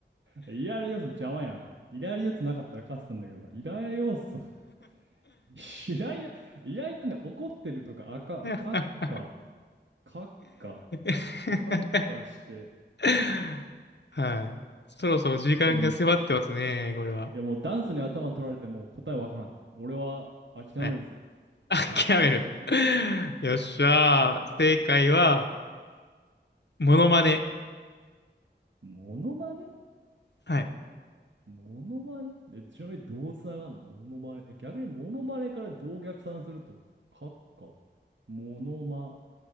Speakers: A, on the right; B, on the left.
A: イライラ要素邪魔やな。イライラ要素なかったら勝ってたんだけどな。イライラ要素、<laughs> イライラ、イライラってね、怒ってるとか、あか、
B: <laughs>
A: かっか、かっか、
B: <laughs>。
A: かっかして、
B: <laughs> はい。そろそろ時間が迫ってますね、
A: いやもうね、
B: これは。
A: いやもうダンスに頭取られてもう答えわからん。俺は諦めるぞ。
B: はい。<laughs>
A: はい。
B: 諦める。よっしゃー。正解は、モノマネ。
A: モノマネ
B: はい。
A: モノマネで、ちなみにどうつながんのモノマネ。え、逆にモノマネからどう逆算すると、かっか、モノマ、